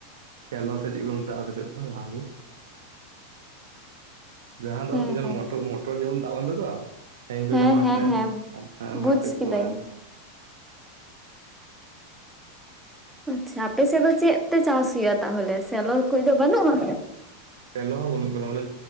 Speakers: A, on the right; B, in the centre.
A: ᱠᱮᱞᱮᱣᱟ ᱥᱮ ᱪᱮᱜ ᱠᱚ ᱢᱮᱛᱟᱜᱼᱟ ᱟᱯᱮ ᱥᱮᱫ ᱫᱚ ᱡᱟᱦᱟᱸ ᱜᱮ ᱡᱟᱦᱟᱸ ᱫᱚ
B: ᱦᱮᱸ
A: ᱡᱚ
B: ᱦᱮᱸ
A: ᱢᱚᱴᱚᱨ ᱡᱮᱢᱚᱱ ᱫᱟᱜ ᱵᱟᱝ ᱛᱩᱫᱩᱜᱼᱟ ᱾ ᱤᱱᱠᱟ
B: ᱦᱮᱸ
A: ᱜᱮ ᱢᱟᱴᱷᱨᱮ
B: ᱦᱮᱸ ᱦᱮᱸ
A: ᱢᱟᱴᱷ
B: ᱵᱩᱡᱽ
A: ᱯᱮ ᱩᱫᱩᱜᱼᱟ
B: ᱠᱤᱫᱟᱹᱧ
A: ᱦᱮᱸ
B: ᱟᱪᱪᱷᱟ ᱟᱯᱮ ᱥᱮᱫ ᱫᱚ ᱪᱮᱫ ᱛᱮ ᱪᱟᱥ ᱦᱩᱭᱩᱜᱼᱟ, ᱛᱟᱦᱚᱞᱮ ᱥᱮᱞᱚ ᱠᱚᱫᱚ ᱵᱟᱹᱱᱩᱜᱼᱟ?
A: ᱥᱮᱞᱚ ᱦᱚᱸ ᱵᱚᱱᱩᱜ ᱠᱟᱫᱟ ᱢᱟᱱᱮ